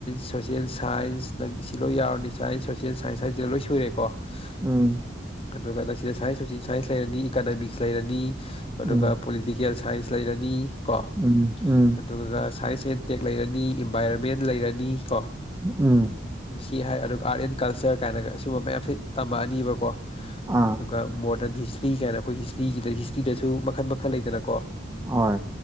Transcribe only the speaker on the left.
ꯁꯣꯁꯦꯜ ꯁꯥꯏꯟꯁ ꯅꯪ ꯁꯤ ꯂꯣꯏ ꯌꯥꯎꯔꯅꯤ ꯁꯥꯏꯟꯁ ꯁꯣꯁꯦꯜ ꯁꯥꯏꯟꯁ ꯍꯥꯏꯁꯤꯗ ꯂꯣꯏ ꯁꯨꯔꯦꯀꯣ ꯑꯗꯨꯒ
ꯁꯤꯗ ꯁꯥꯏꯟꯁꯁꯤ ꯁꯥꯏꯟꯁ ꯂꯩꯔꯅꯤ ꯏꯀꯥꯅꯃꯤꯛꯁ ꯂꯩꯔꯅꯤ ꯑꯗꯨꯒ
ꯄꯣꯂꯤꯇꯤꯀꯦꯜ ꯁꯥꯏꯟꯁ ꯂꯩꯔꯅꯤ ꯀꯣ
ꯑꯗꯨꯒ ꯁꯥꯏꯟꯁ ꯁꯦꯟꯇꯦꯛ ꯂꯩꯔꯅꯤ ꯏꯟꯚꯥꯏꯔꯣꯟꯃꯦꯟ ꯂꯩꯔꯅꯤ ꯀꯣ
ꯀꯦ ꯍꯥꯏ ꯑꯗꯨꯒ ꯑꯥꯔꯠ ꯑꯦꯟ ꯀꯜꯆꯔ ꯀꯥꯏꯅꯒ ꯁꯤꯒꯨꯝꯕ ꯃꯌꯥꯝꯁꯦ ꯇꯝꯃꯛꯑꯅꯤꯕꯀꯣ
ꯑꯗꯨꯒ ꯃꯣꯠ ꯑꯣꯗꯔꯟ ꯍꯤꯁꯇ꯭ꯔꯤ ꯀꯥꯏꯅ ꯑꯩꯈꯣꯏ ꯍꯤꯁꯇ꯭ꯔꯤꯒꯤꯗ ꯍꯤꯁꯇ꯭ꯔꯤꯗꯁꯨ ꯃꯈꯜ ꯃꯈꯜ ꯂꯩꯇꯅꯀꯣ